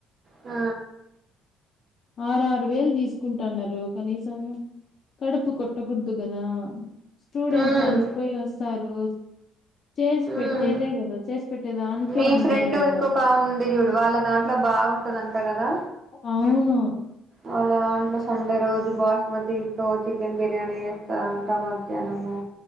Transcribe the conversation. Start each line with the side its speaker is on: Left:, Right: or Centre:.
Right: ఆ
Left: ఆరు ఆరు వేలు తీసుకుంటాన్నారు కనీసం కడుపు కొట్టకూడదు కదా స్టూడెంట్స్
Right: ఉమ్
Left: అలసిపోయో తారు చేసి
Right: ఉమ్
Left: పెట్టేదే కదా చేసి పెట్టే దానికే
Right: మీ
Left: ఉండేది
Right: ఫ్రెండ్
Left: ఆమా
Right: ఇంకొక ఆమె ఉంది చూడు వాళ్ళ దాం ట్లో బాగుంటదంట కదా
Left: అవును
Right: వాళ్ళాదాంట్లో సండే రోజు బాస్మతి తో చికెన్ బిర్ ర్యాని చేస్తారంట మధ్యాహ్నము